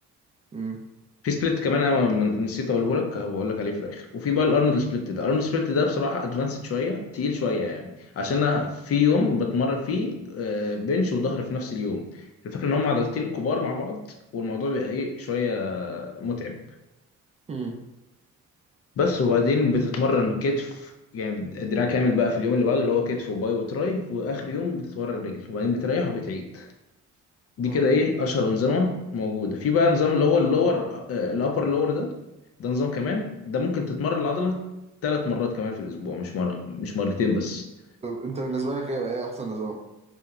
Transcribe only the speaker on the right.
م-
م-
م.
طب انت بالنسبة لك ايه بقى ايه احسن نظام؟